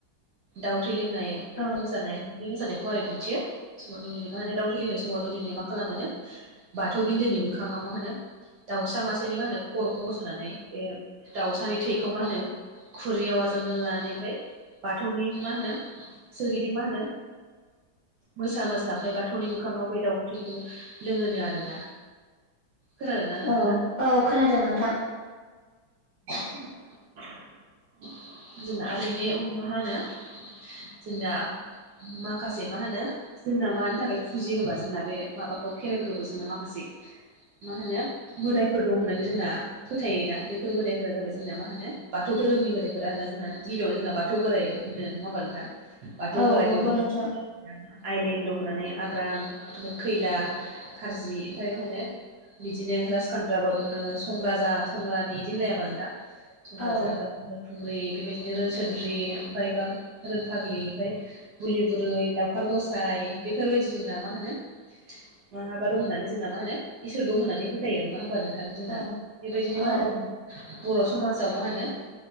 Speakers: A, on the right; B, on the left.
A: दाउ थै लोंनाय
B: औ।
A: मोसानाया बे मोसानायखौ माबोरै दिन्थियो बे समाव दौदिनि मा होनो दाउ थिलिनाय समावहा दौदिनिया मा खालामोनो बाथौ बिन्दोनि मोखाङाव मा होनो दाउसा मासेनि मा होनो खर'खौ बस'नानै बे दाउसानि थैखौ मा होनो। खुरियाव आजावना लानानै ओमफ्राय बाथौनि मा होनो सोरगिदिं मा होनो? मोसा मोसा ओमफ्राय बाथौनि मोखाङाव बे दाउदै थैखौ लोङोनो आरोना। खोनादोंना नोंथाङा
B: औ औ खोनादों नोंथां।
A: <unintelligible> जोंना आरो बिनि उनाव मा हानो। जोंना माखासे मा होनो? जोंना मानि थाखाय फुजियो होमबा जोंना बे माबाखौ खेराइ फोरबोखौ जोंना माखासे। मा होनो मोदायफोर दं होननानै जोंना फोथायोना बे फोर मोदायफोरा जाबाय जोंना मा होनो बाथौ धोरोमनि मोदाइफोरा होना जोंहा गिबियावनो जोंना बाथौ बोराय होनो नङा होमबा नोंथां? बाथौ
B: औ
A: बोराय
B: नंगौ
A: दं होनना
B: नोंथां
A: आइलें दं होन्नानै आग्रां ओमफ्राय खैला खारजि ओमफ्राय मा होनो? बिदिनो राजखानद्राबो दङो नों सं राजा सं रानि। मिलायाबा नोंथां संराजा
B: औ
A: <unintelligible> खुंग्रि बेबायदिनो रोनसोनद्रि ओमफायबा रोन फाग्लि ओमफाय। बुलि बुरै लावखार गसाय बेफोरबायदि दोन्ना मा होनो? माहाबा दं होननानै जोंना मा होनो इसोर दं होन्नानै फोथायो नङा होमबा नों थां जोंना
B: औ
A: बेबायदिनो
B: औ
A: मा होनो बर' समाजाव मा होनो?